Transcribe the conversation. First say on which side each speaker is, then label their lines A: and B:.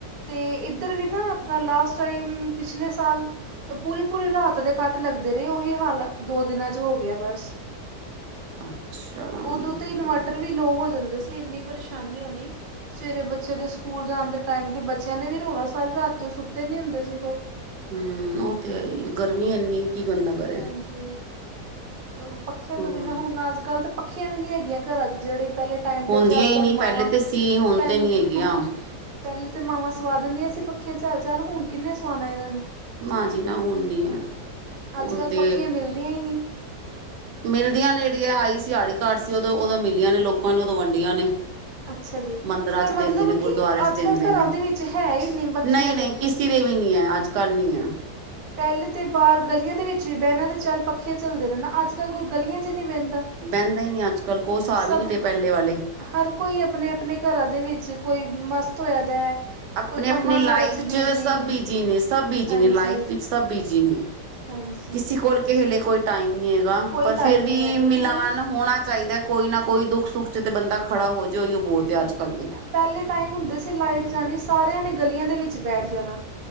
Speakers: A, on the right; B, on the right.
A: ਤੇ ਇੱਧਰ ਵੀ ਨਾ ਆਪਣਾ ਲਾਸਟ ਟਾਈਮ ਪਿਛਲੇ ਸਾਲ ਪੂਰੀ-ਪੂਰੀ ਰਾਤ ਦੇ ਕੱਟ ਲੱਗਦੇ ਰਏ ਉਹੀ ਹਾਲ ਦੋ ਦਿਨਾਂ 'ਚ ਹੋ ਗਿਆ ਬਸ
B: ਅੱਛਾ ਹਮ
A: ਉਦੋਂ ਤੇ ਇਨਵਰਟਰ ਵੀ ਲੋਅ ਹੋ ਜਾਂਦੇ ਸੀ ਇੰਨੀ ਪਰੇਸ਼ਾਨੀ ਹੋਣੀ। ਸਵੇਰੇ ਬੱਚੇ ਦੇ ਸਕੂਲ ਜਾਣ ਦੇ ਟਾਈਮ ਬੱਚਿਆਂ ਨੇ ਵੀ ਰੋਣਾ ਸਾਰੇ ਰਾਤ ਸੁੱਤੇ ਨਈ ਹੁੰਦੇ ਸੀ ਫਿਰ
B: ਹਮ ਉਹ ਤੇ ਹੈ ਹੀ ਗਰਮੀ ਇਨੀ ਕੀ ਬੰਦਾ ਕਰੇ
A: ਅ ਪੱਖਿਆਂ
B: ਹੋਰ
A: ਤੋਂ ਬਿਨਾਂ ਹੁਣ ਅੱਜ ਕੱਲ ਤਾਂ ਪੱਖੀਆਂ ਵੀ ਨੀ ਹੈਗੀਆਂ ਘਰਾਂ ਚ ਜੇੜੇ ਪੈਲੇ ਟਾਈਮ
B: ਹੁੰਦੀਆਂ
A: ਤੇ ਝੱਲ
B: ਹੀ
A: ਝਲ
B: ਨਹੀਂ
A: ਮਾਵਾਂ
B: ਪਹਿਲੇ ਤੇ ਸੀ ਹੁਣ
A: ਪਹਿ
B: ਤੇ ਨੀ ਹੈਗੀਆਂ
A: ਪੈਲੇ ਤੇ ਮਾਵਾਂ ਸਵਾ ਦਿੰਦੀਆਂ ਸੀ ਪੱਖੀਆਂ ਚੱਲ ਚਲ ਹੁਣ ਕਿੰਨੇ ਸਵਾਣਾ ਇਹਨਾਂ ਨੂੰ
B: ਨਾ ਜੀ ਨਾ ਹੁਣ ਨੀ ਹੈ
A: ਅੱਜ
B: ਹੁਣ
A: ਕੱਲ੍ਹ
B: ਤੇ
A: ਪੱਖੀਆਂ ਮਿਲਦੀਆਂ ਹੀ ਨਹੀਂ
B: ਮਿਲਦੀਆਂ ਨੇ ਜੇੜੀ ਆ ਆਈ ਸੀ ਆੜੀ ਕਾਡ ਸੀ ਉ ਓਦੋਂ ਉਦੋਂ ਮਿਲੀਆਂ ਨੇ ਲੋਕਾਂ ਨੇ ਉ ਓਦੋਂ ਵੰਡੀਆਂ ਨੇ
A: ਅੱਛਾ ਜੀ
B: ਮੰਦਰਾਂ
A: ਪਰ
B: ਚ
A: ਮਤਲਬ
B: ਦਿੰਦੇ ਨੇ
A: ਕਿ
B: ਗੁਰਦੁਆਰੇ ਚ
A: ਅੱਜ
B: ਦਿੰਦੇ
A: ਕੱਲ੍ਹ ਘਰਾਂ
B: ਨੇ
A: ਦੇ ਵਿੱਚ ਹੈ ਹੀ ਵੱਖੀਆਂ
B: ਨਹੀਂ
A: ਤੇ
B: ਨਹੀਂ ਕਿਸੀ ਦੇ ਵੀ ਨੀ ਹੈ ਅੱਜ ਕੱਲ ਨੀ ਹੈ
A: ਪੈਲੇ ਤੇ ਬਾਰ ਗਲੀਆਂ ਦੇ ਵਿੱਚ ਵੀ ਬੈਣਾ ਤੇ ਚੱਲ ਪੱਖੀਆਂ ਚੱਲਦੇ ਰਹਿੰਣਾ ਅੱਜ ਕੱਲ ਕੋਈ ਗਲੀਆਂ 'ਚ ਨਹੀਂ ਬਹਿੰਦਾ।
B: ਬੈਂਦਾ ਹੀ ਨਹੀਂ ਅੱਜ ਕੱਲ ਕੋਈ ਸਾਬ
A: ਸਭ
B: ਹੀ ਨਹੀਂ ਰਹੇ ਪੈਲੇ ਵਾਲੇ
A: ਹਰ ਕੋਈ ਆਪਣੇ ਆਪਣੇ ਘਰਾ ਦੇ ਵਿੱਚ ਕੋਈ ਮਸਤ ਹੋਇਆ ਦੈ ਹੈ
B: ਆਪਣੇ
A: ਕੋਈ ਕੰਮਾਂ
B: ਆਪਣੇ ਲਾਈਫ
A: ਕਾਰਾਂ ਚ ਬਿਜ਼ੀ
B: ਸਭ ਬਿਜੀ ਨੇ ਸਭ ਬਿਜੀ
A: ਹਾਂਜੀ
B: ਨੇ ਲਾਈਫ ਵਿੱਚ ਸਭ ਬੀਜੀ ਨੇ
A: ਹਾਂਜੀ
B: ਕਿਸੇ ਕੋਲ ਕੇਸਲੇ ਕੋਈ ਟਾਈਮ ਨਹੀਂ ਹੈਗਾ
A: ਕੋਈ
B: ਪਰ ਫੇਿਰ
A: ਟਾਈਮ
B: ਵੀ
A: ਨਹੀਂ ਹੈ ਬਿਲਕੁਲ
B: ਮਿਲਾਨ ਹੋਣਾ ਚਾਈਦਾ ਕੋਈ ਨਾ ਕੋਈ ਦੁੱਖ ਸੁੱਖ ਚ ਤੇ ਬੰਦਾ ਖੜਾ ਹੋ ਜਾੇਓ ਈਓ ਬੋਤ ਆ ਅੱਜ ਕੱਲ੍ਹ ਤੇ
A: ਪੈਲੇ ਟਾਈਮ ਹੁੰਦੇ ਸੀ ਲਾਈਟ ਜਾਣੀ ਸਾਰਿਆਂ ਨੇ ਗਲੀਆਂ ਦੇ ਵਿੱਚ ਬੈਠ ਜਾਣਾ